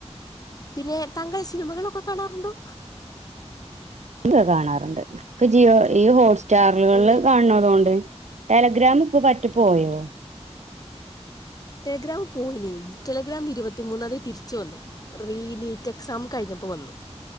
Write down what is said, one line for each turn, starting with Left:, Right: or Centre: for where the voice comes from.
Left: പിന്നെ താങ്കൾ സിനിമകളൊക്കെ കാണാറുണ്ടോ
Right: എന്താ കാണാറുണ്ട് ഇപ്പൊ ജിയോ ഈ ഹോട്ട് സ്റ്റാറുകള്
Left: എങ്ങ
Right: കാണണ തോണ്ട് ടെലഗ്രാമ ഇപ്പോൊ പറ്റെ പോയോ
Left: ടെലിഗ്രാം പോയി ടെലിഗ്രാം ഇരുപത്തി മൂന്നത തിരിച്ചു വന്നു റീ നീറ്റ് എക്സാം കഴിഞ്ഞപ്പോ അ വന്നു